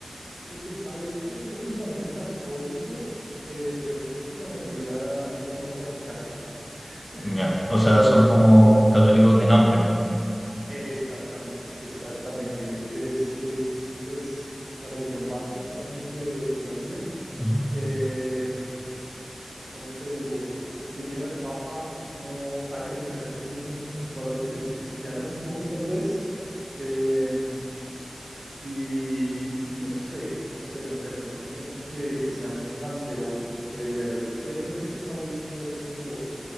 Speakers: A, on the right; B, on the left.
A: Pues el país es de fundamento católico, eh, pero creo que la mayoría es no practicante, <laughs>
B: Ya, o sea,
A: creería.
B: son como católicos de nombre, ¿no?
A: Exactamente, exactamente. Es, es pues la religión base, claramente, de Colombia.
B: Ujú.
A: Em, ¿cómo te digo? Siguen al Papa, no hay- están creciendo mucho como todas las iglesias cristianas, un poco tal vez. Eh, Y, y no sé, no sé, no sé, pero no siento que, que seamos tan devotos, creería yo. De hecho, no sé qué país puede ser muy devoto.